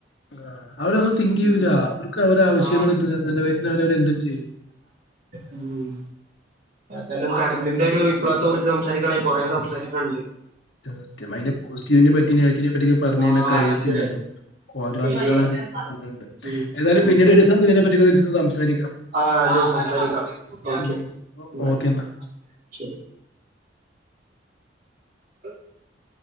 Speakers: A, on the left; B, on the right.
A: ആഹ് അവരൊന്നും തിങ്ക്
B: ഉം
A: ചെയ്യൂല്ല അവർക്ക് അവരുടെ ആവശ്യങ്ങൾ
B: ആ
A: നിറവേറ്റുന്നത് വരെ അവരെന്തും ചെയ്യും
B: ഉം ഏന്താലും കറന്റിന്റെ ഒരു വിപ്ലവത്തെ കുറിച്ച് സംസാരിക്കണെങ്കിൽ കുറെേ സംസാരിക്കാനുണ്ട്
A: സത്യം അതിന്റെ പോസിറ്റീവിനെ പറ്റി നെഗറ്റീവ് നേ പറ്റി പറഞ്ഞുഴിഞ്ഞാ
B: ആഹ്
A: കഴിയത്തില്ലട്ടോ
B: അതെ
A: ഓരോ <unintelligible>
B: കയ്യൂല ഉം
A: ഏതായാലും
B: നമുക്ക്
A: പിന്നീട് ഒരു ദീസം ഇതിനെപ്പറ്റി ഒക്കെ സംസാരിക്കാം
B: ആഹ് അത സംസാരിക്കാം ഓക്കെ
A: ഉം
B: ബൈ
A: ഓക്കെ എന്നാ
B: ശരി <inaudible>